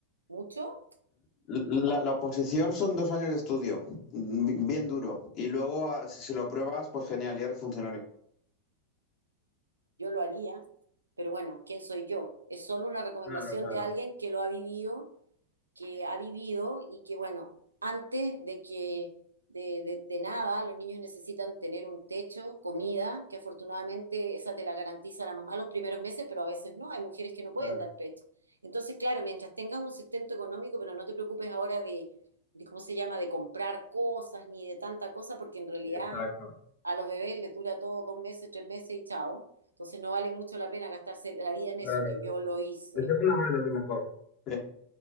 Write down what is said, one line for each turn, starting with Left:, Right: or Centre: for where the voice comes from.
Right: ¿Mucho?
Left: La, la oposición son dos años de estudio, bi- bien duro. Y luego, ah, si, si lo apruebas, pues genial, ya eres funcionario.
Right: yo lo haría, pero bueno, ¿quién soy yo? Es solo una recomendación
Left: Claro, claro,
Right: de alguien que lo ha vivido que ha vivido y que, bueno, antes de que de, de- de nada, los niños necesitan tener un techo, comida, que afortunadamente esa te la garantiza la mamá los primeros meses, pero a veces no, hay mujeres que no pueden
Left: claro.
Right: dar pecho. Entonces, claro, mientras tengas un sustento económico, pero no te preocupes ahora de, de ¿cómo se llama?, de comprar cosas ni de tanta cosa, porque en realidad
Left: Exacto.
Right: a los bebés les dura todo dos meses, tres meses y chao. Entonces no vale mucho la pena gastarse la vida en
Left: Claro,
Right: eso, que
Left: claro.
Right: yo lo hice,
Left: De segunda
Right: que yo
Left: mano,
Right: lo
Left: a lo
Right: hice.
Left: mejor. Sí.